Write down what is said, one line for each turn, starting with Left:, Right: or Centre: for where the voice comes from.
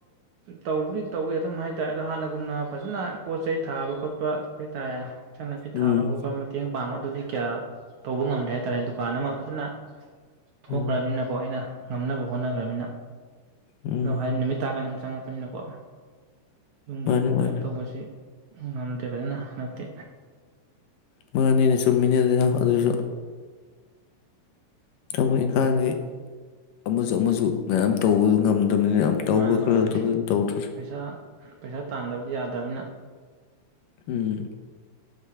Right: ꯇꯧꯔꯤ ꯇꯧꯋꯤ ꯑꯗꯨꯝ ꯍꯥꯏꯇꯥꯔꯦ ꯑꯗꯣ ꯍꯥꯟꯅ ꯎꯝꯅ ꯐꯖꯅ ꯄꯣꯠ ꯆꯩ ꯊꯥꯕꯈꯣꯠꯄ ꯍꯣꯏ ꯇꯥꯗ ꯏꯆꯥ ꯅꯨꯄꯤ
Left: ꯎꯝ
Right: ꯊꯥꯕ ꯈꯣꯠꯄ ꯃꯇꯦꯡ ꯄꯥꯡꯕ ꯑꯗꯨꯗꯤ ꯀꯌꯥ ꯇꯧꯕ ꯉꯝꯗꯦ ꯍꯥꯏꯇꯥꯔꯦ ꯗꯨꯀꯥꯟ ꯑꯃ ꯐꯖꯅ ꯊꯣꯛꯈ꯭ꯔꯕꯅꯤꯅꯀꯣ
Left: ꯎꯝ
Right: ꯑꯩꯅ ꯉꯝꯅꯕ ꯍꯣꯠꯅꯒꯔ꯭ꯕꯅꯤꯅꯥ
Left: ꯎꯝ
Right: ꯑꯗꯨ ꯍꯥꯏ ꯅꯨꯃꯤꯠꯇꯥꯀꯥꯟꯗ ꯆꯪꯉꯛꯄꯅꯤꯅꯥꯀꯣ ꯌꯨꯝꯒꯤ
Left: ꯃꯥꯅꯦ
Right: ꯑꯃꯨꯛ
Left: ꯃꯥꯅꯦ
Right: ꯀꯩꯅꯣ ꯇꯧꯕꯁꯤ ꯉꯝꯗꯦ ꯐꯖꯅ ꯍꯟꯗꯛꯇꯤ
Left: ꯃꯥꯅꯤꯅꯦ ꯆꯨꯝꯃꯤꯅꯤ ꯑꯗꯨꯅ ꯑꯗꯨꯁꯨ ꯊꯕꯛ ꯏꯪꯈꯥꯡꯗꯤ ꯑꯃꯁꯨ ꯑꯃꯁꯨ ꯃꯌꯥꯝ ꯇꯧꯕ ꯉꯝ ꯑꯗꯨꯅꯤꯅꯦ ꯌꯥꯝ ꯇꯧꯕ
Right: ꯃꯥꯅꯤ
Left: ꯈꯜꯂꯛꯇꯕꯁꯨ
Right: ꯃꯥꯅꯤ
Left: ꯇꯧꯗꯔ꯭ꯁꯨ
Right: ꯄꯩꯁꯥ ꯄꯩꯁꯥ ꯇꯥꯟꯗꯕꯗꯤ ꯌꯥꯗꯕꯅꯤꯅ
Left: ꯎꯝ